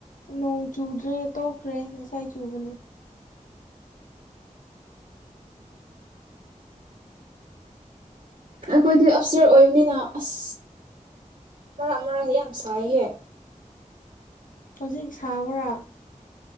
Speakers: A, on the left; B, on the right.
A: ꯅꯣꯡ ꯆꯨꯗ꯭ꯔꯦ ꯇꯣꯛꯈ꯭ꯔꯦ ꯉꯁꯥꯏ ꯆꯨꯕꯅꯦ
B: ꯑꯩꯈꯣꯏꯗꯤ ꯑꯞꯁꯔ ꯑꯣꯏꯕꯅꯤꯅ ꯑꯁ ꯃꯔꯛ ꯃꯔꯥꯛꯁꯦ ꯌꯥꯝ ꯁꯥꯏꯍꯦ
A: ꯍꯧꯖꯤꯛ ꯁꯥꯕ꯭ꯔꯥ